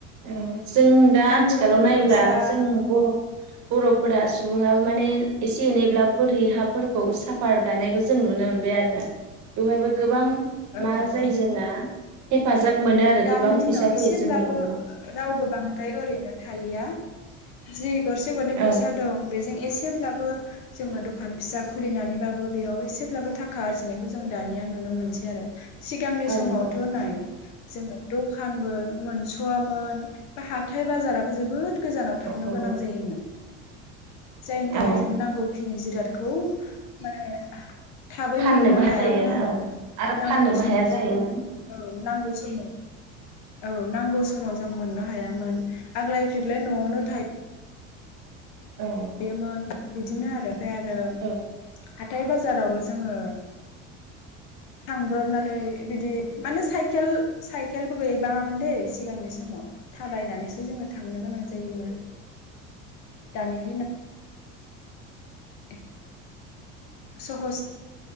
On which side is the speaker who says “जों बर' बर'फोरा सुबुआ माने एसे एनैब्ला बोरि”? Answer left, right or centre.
Right